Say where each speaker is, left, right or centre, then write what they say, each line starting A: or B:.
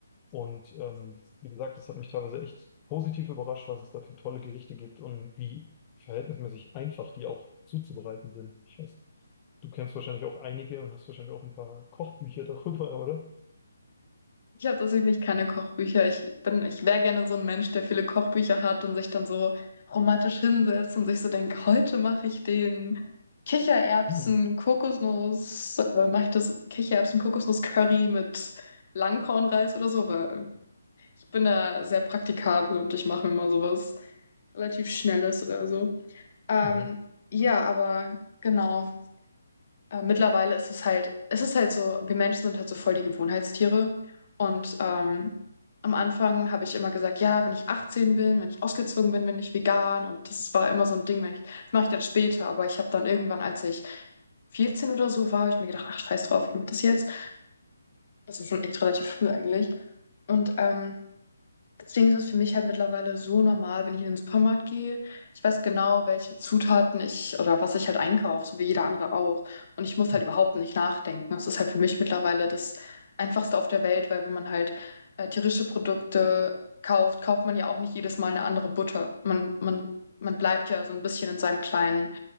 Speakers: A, on the left; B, on the left.
A: Und ähm, wie gesagt, das hat mich teilweise echt positiv überrascht, was es da für tolle Gerichte gibt und wie verhältnismäßig einfach die auch zuzubereiten sind. Ich weiß, du kennst wahrscheinlich auch einige und hast wahrscheinlich auch ein paar Kochbücher darüber, oder?
B: Ich habe tatsächlich keine Kochbücher. Ich bin, ich wäre gerne so ein Mensch, der viele Kochbücher hat und sich dann so romantisch hinsetzt und sich so denkt, heute mache ich den Kichererbsen,
A: Mhm.
B: Kokosnuss, äh, mache ich das Kichererbsen, Kokosnuss Curry mit Langkornreis oder so, weil ich bin da sehr praktikabel und ich mache mir mal sowas relativ Schnelles oder so. Ähm,
A: Mhm.
B: ja, aber genau. Äh, mittlerweile ist es halt, es ist halt so, wir Menschen sind halt so voll die Gewohnheitstiere. Und ähm, am Anfang habe ich immer gesagt, ja, wenn ich 18 bin, wenn ich ausgezogen bin, bin ich vegan. Und das war immer so ein Ding, wenn ich, das mache ich dann später. Aber ich habe dann irgendwann, als ich 14 oder so war, habe ich mir gedacht, ach, scheiß drauf, ich mache das jetzt. Das ist schon echt relativ früh eigentlich. Und ähm, Deswegen ist es für mich halt mittlerweile so normal, wenn ich in den Supermarkt gehe. Ich weiß genau, welche Zutaten ich oder was ich halt einkaufe, so wie jeder andere auch. Und ich muss
A: Mhm.
B: halt überhaupt nicht nachdenken. Das ist halt für mich mittlerweile das Einfachste auf der Welt, weil wenn man halt äh, tierische Produkte kauft, kauft man ja auch nicht jedes Mal eine andere Butter. Man, man, man bleibt ja so ein bisschen in seinem kleinen.